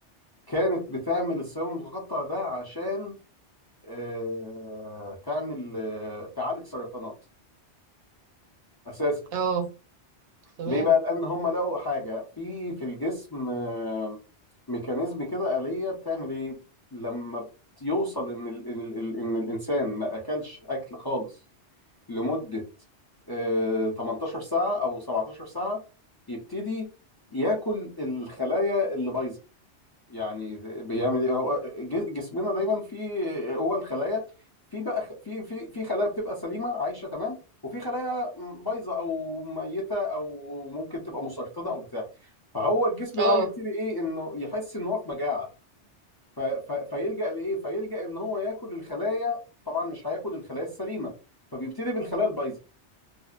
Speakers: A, on the left; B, on the right.
A: كانت بتعمل الصابون المتقطع ده عشان آه تعمل آه تعالج سرطانات اساسا
B: اه تمام
A: ليه بقى لان هم لقوا حاجه في في الجسم آه، ميكانيزم كده آلية بتعمل ايه لما يوصل ان ال ال ال ان الانسان ما اكلش اكل خالص لمده آه، 18 ساعه او 17 ساعه يبتدي ياكل الخلايا اللي بايظه يعني بيعمل ايه هو ج- جسمنا دايما فيه هو الخلايا في بقى خ- في في في خلايا بتبقى سليمه عايشه تمام وفي خلايا بايظه او ميته او ممكن تبقى مسرطنه او بتاع فهو الجسم
B: اه
A: بقى بيبتدي ايه انه يحس ان هو في مجاعه ف- ف- فيلجأ لايه فيلجأ ان هو ياكل الخلايا طبعا مش هياكل الخلايا السليمه فبيبتدي بالخلايا البايظه